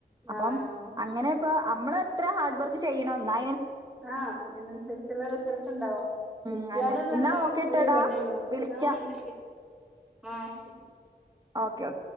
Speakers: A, on the right; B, in the centre.
A: അപ്പം
B: ആ
A: അങ്ങനെ ഇപ്പ നമ്മള് എത്ര ഹാർഡ് വർക്ക് ചെയ്യണം അ
B: ആ അതിനനുസരിച്ചുള്ള റിസൾട്ട് ഉണ്ടാവും കിട്ടാലും
A: ഉം അന്നെ
B: നല്ല
A: എന്നാ ഓക്കെ ഇട്ടടാ
B: ഒരു തന്നെയുള്ള
A: വിളിക്കാം
B: ആ ശരി ആ ശരി
A: ഓക്കേ ഓക്കേ.